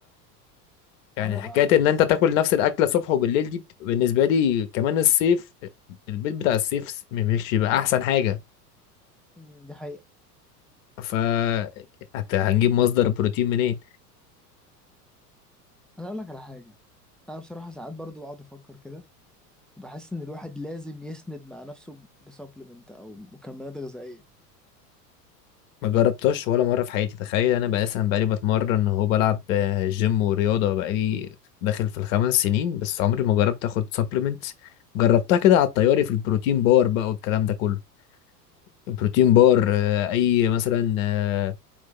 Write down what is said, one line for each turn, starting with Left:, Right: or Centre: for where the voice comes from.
Left: يعني
Centre: انا
Left: حكاية
Centre: بقى
Left: إن أنت تاكل نفس الأكلة الصبح وبالليل دي بتبقى بالنسبة لي كمان الصيف البيت بتاع الصيف س- مش بيبقى أحسن حاجة
Centre: مم، دي حقيقة
Left: ف حتى هنجيب مصدر بروتين منين
Centre: انا اقول لك على حاجة انا بصراحة ساعات برضو بقعد افكر كده وبحس ان الواحد لازم يسند مع نفسه بسبلمنت او مكملات غذائية
Left: ما جربتش ولا مرة في حياتي تخيل أنا بقى أصلا بقالي بتمرن هو بلعب آه، جيم ورياضة بقالي داخل في الخمس سنين بس عمري ما جربت آخد سبلمنت جربتها كده على الطياري في البروتين بار بقى والكلام ده كله البروتين بار آه، أي مثلا آه،